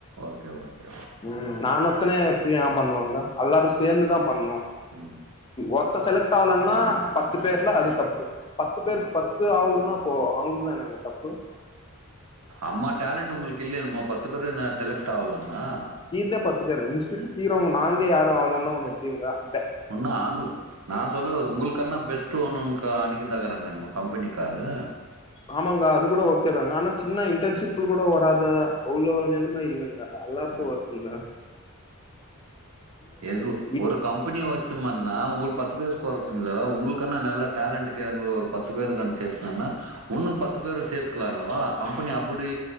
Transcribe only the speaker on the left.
ம் நானு ஒத்தனே ஏன் பண்ணுவாங்க அல்லாரு சேந்து தா பண்ணு
ஒத்த செலக்ட் ஆகலன்னா பத்து பேர்ல அது தப்பு பத்து பேரு
பத் து ஆவனுனா அப்போ அவங்களுக்குதானேங்க தப்பு
கீர்தே பத்து பேரு <unintelligible> நாங்க யாரு அவளன்னா எப்டி இருந்தா அப்ப
ஆமாங்க அது கூட ஓகே தாங்க ஆனா சின்ன இன்டர்ன்ஷிப்ல கூட வராத அவ்வளோ நெலைமை இல்லங்க அல்லாரக்கு
ஓர்த்துங்க
இட்